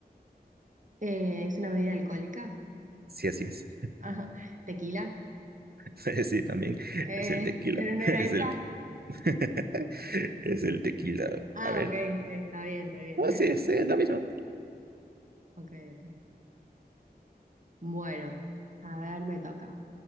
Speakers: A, on the right; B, on the right.
A: Eh, ¿es una bebida alcohólica?
B: Sí, así es.
A: Ajá, tequila.
B: <laughs> Sí, también
A: Eh,
B: es el tequila.
A: <laughs> pero no
B: <laughs>
A: era
B: Es
A: esa.
B: el, <laughs> es el tequila.
A: Ah,
B: A ver.
A: ok, ok, está bien, está bien.
B: Oh,
A: <laughs>
B: sí, sí, es la misma.
A: Ok, ok. Bueno, a ver, me toca.